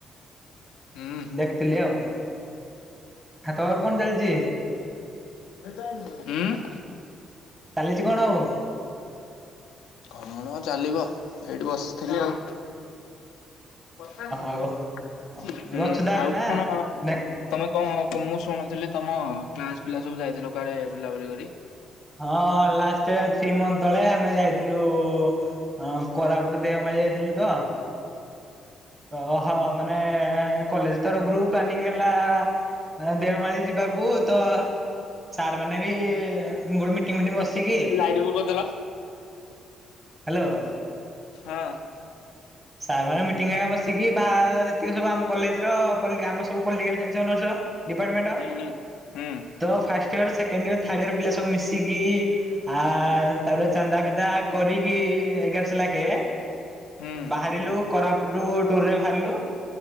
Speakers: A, on the left; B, on the right.
A: ହୁଁ। ହୁଁ
B: ଦେଖୁଥିଲି ଆଉ। ହଁ ତୋର କଣ ଚାଲିଜି?
A: <unintelligible> ଉଁ
B: ଚାଲିଚି କଣ ଆଉ।
A: କଣ ଚାଲିବ ଏଇଠି ବସିଥିଲି ଆଉ ପଚାଶେ ହୁଁ
B: ଓହୋ। ଏବେ ଅଛୁ ତାହେଲେ
A: ଆଉ
B: ନା
A: କଣ?
B: ନାଇଁ
A: ତମେ କଣ ମୁଁ ଶୁଣୁଥିଲି ତମ କ୍ଲାସ ପିଲା ସବୁ ଯାଇଥିଲ କୁଆଡେ ବୁଲାବୁଲି କରି।
B: ହଁ ଲାଷ୍ଟ ୟର ଥ୍ରୀ ମନ୍ଥ ତଳେ ଆମେ ଯାଇଥିଲୁ। ହଁ କୋରାପଟୁ ଦେଓମାଳି ଇଯାଥିଲୁ ତ ତ ହ ମାନେ କଲେଜ ତରଫରୁ ପ୍ଲାନିଂ ହେଲା। ଦେଓମାଳି ଯିବାକୁ ତ ସାର୍ ମାନେ ବି ମୁ ଗୋଟେ ମିଟିଙ୍ଗ ଫିଟିଙ୍ଗ ବସିକି
A: ଆଉ ଟିକେ ଭୁଗ ଦେଲ।
B: ହ୍ୟାଲୋ।
A: ହଁ।
B: ସାର୍ ଫାରେ ମିଟିଂ ହେରିକା ବସିକି ବା ଯେତିକି ସବୁ ଆମ କଲେଜର ପଲ ଆ ସବୁ ପଲଟିକାଲ ସାଇନ୍ସ ଅନର୍ସ। ଡିପାର୍ଟମେଣ୍ଟ
A: ହୁଁ ହୁଁ। ହୁଁ
B: ତ first year second year third year ପିଲା ସବୁ ମିଶିକି ଆ ତାପରେ ଚାନ୍ଦା ଭେଦା କରିକି ଏଗାରଶହ ଲାଖେ।
A: ହୁଁ। ହୁଁ।
B: ବାହାରିଲୁ କୋରାପୁଟ ଟୁରରେ ବାହାରିଲୁ